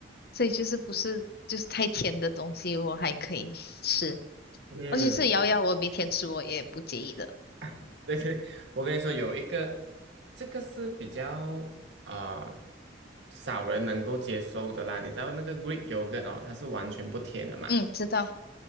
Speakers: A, on the left; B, on the right.
A: 所以就是不是就是太甜的东西，我还可以吃，
B: 嗯，
A: 而且是瑶瑶，我每天吃我也不介意的。
B: <laughs> 对对，我跟你说，有一个，这个是比较啊、呃少人能够接受的啦。你知道那个 Greek yogurt 哦，它是完全不甜的嘛。
A: 嗯，知道，